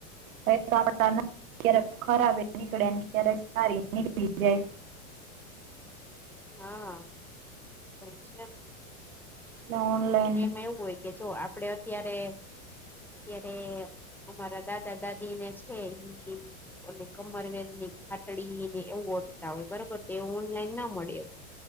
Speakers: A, on the right; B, in the centre.
A: ક્યારેક ખરાબ એ નીકળે ક્યારેક સારી નીકળી જાય
B: હા, એવુ છે.
A: ઓનલાઇન
B: ને એમાં એવું હોય, કે જો આપડે અત્યારે ત્યારે અમારા દાદા દાદી ને છે ઇ અને કમરવેરની ઘાટડીને એવું ઓઢતા હોય બરોબર તો એ ઓનલાઈન ના મળે.